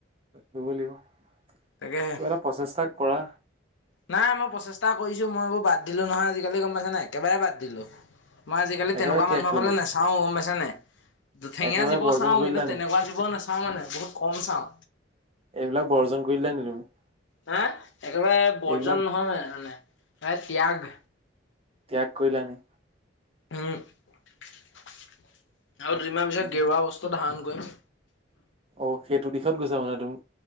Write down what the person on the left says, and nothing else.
তাকেহে
নাই মই প্ৰচেষ্টা কৰিছো মই এইবোৰ বাদ দিলো নহয় আজিকালি গম পাইছা নাই, একেবাৰে বাদ দিলো। মই আজিকালি
তেনেকুৱা
মানুহৰ
ফালে নাচাওঁ গম পাইছানে। দুঠেঙীয়া
জীৱ
চাওঁ
কিন্তু তেনেকুৱা
জীৱ নাচাওঁ মানে বহুত কম চাওঁ।
হে একেবাৰে বৰ্জন
নহয় মানে মানে ত্যাগ
উম আৰু দুদিনমান পিছত
গেৰুৱা বস্তু ধাৰণ কৰিম